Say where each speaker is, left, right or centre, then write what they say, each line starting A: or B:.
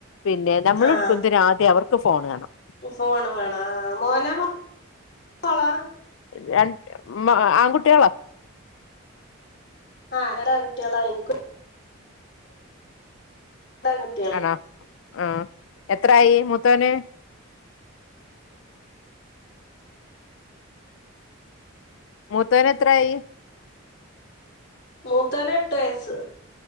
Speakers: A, on the left; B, on the left.
A: പിന്നെ നമ്മള്
B: ആഹ്
A: ഇട്ക്കുന്തിന് ആദ്യം അവർക്ക് ഫോണ് കാണണം
B: ഫോണ് വേണാ മോനാ മൊ മോളാ
A: രൺ മ്മാ ആൺകുട്ടികളാ
B: ആഹ് രണ്ടാങ്കുട്ടിയേളാ എനിക്കും രണ്ടാങ്കുട്ടിയേള്
A: ആണോ ആഹ് എത്രായി മൂത്തോന് മൂത്തോന് എത്രായി
B: മൂത്താേന് എട്ട് വയസ്സ്